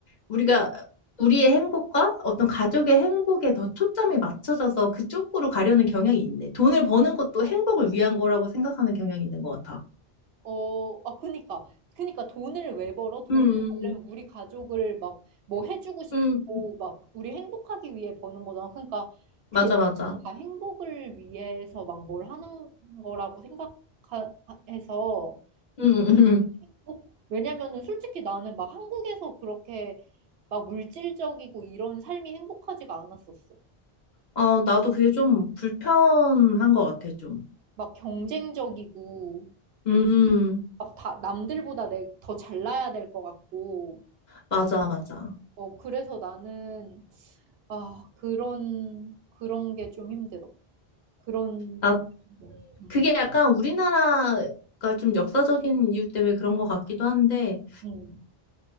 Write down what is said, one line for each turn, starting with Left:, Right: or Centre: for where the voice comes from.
Left: 우리가 우리의 행복과 어떤 가족의 행복에 더 초점이 맞춰져서 그쪽으로 가려는 경향이 있네. 돈을 버는 것도 행복을 위한 거라고 생각하는 경향이 있는 것 같아.
Right: 어, 아, 그니까. 그니까 돈을 왜 벌어? 돈을
Left: 음,
Right: 벌려면 우리 가족을 막 뭐 해주고 싶고,
Left: 음,
Right: 막 우리 행복하기 위해 버는 거잖아. 그러니까
Left: 맞아,
Right: 결국은
Left: 맞아.
Right: 다 행복을 위해서 막 뭘 하는 거라고 생각해서
Left: 음, 음, 음.
Right: 행복? 왜냐면은 솔직히 나는 막 한국에서 그렇게 막 물질적이고 이런 삶이 행복하지가 않았었어.
Left: 어, 나도 그게 좀 불편한 것 같아, 좀.
Right: 막 경쟁적이고,
Left: 음, 음.
Right: 막 다 남들보다 내, 더 잘나야 될 것 같고.
Left: 맞아, 맞아.
Right: 어, 그래서 나는, 아, 그런, 그런 게 좀 힘들어. 그런,
Left: 나,
Right: 좀, 음,
Left: 그게 약간 우리나라가 좀 역사적인 이유 때문에 그런 것 같기도 한데,
Right: 음.